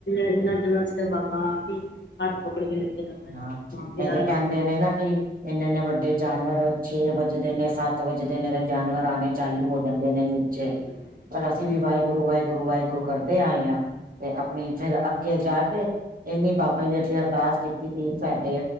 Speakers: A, on the left; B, on the right.
A: ਇਹਨਾਂ ਦਿਨਾਂ ਚ ਤਾਂ ਬਾਬਾ ਆਪ ਹੀ ਹੱਥ ਪਕੜ ਕੇ ਲੈ ਕੇ ਜਾਂਦਾ ਇਨਸਾਨ
B: ਹਾਂ
A: ਨੂੰ ਆਪ ਹੀ
B: ਨਹੀਂ
A: ਰਾਹ
B: ਤੇ
A: ਲਾਉਂਦਾ।
B: ਕਹਿੰਦੇ ਨੇ ਨਾ ਕਿ ਇੰਨੇ- ਇੰਨੇ ਵੱਡੇ ਜਾਨਵਰ ਛੇ ਵੱਜਦੇ ਨੇ ਸੱਤ ਵੱਜਦੇ ਨੇ ਤੇ ਜਾਨਵਰ ਆਣੇ ਚਾਲੂ ਹੋ ਜਾਂਦੇ ਨੇ ਨੀਚੇ।
A: <unintelligible>
B: ਪਰ ਅਸੀਂ ਵੀ ਵਾਹਿਗੁਰੂ, ਵਾਹਿਗੁਰੂ, ਵਾਹਿਗੁਰੂ ਕਰਦੇ ਆਏ ਆ। ਤੇ ਆਪਣੀ ਫੇਰ ਅੱਗੇ ਜਾ ਕੇ ਏਨੀ ਬਾਬਾ ਜੀ ਅੱਗੇ ਅਰਦਾਸ ਕੀ ਕੀਤੀ, ਸਾਡੇ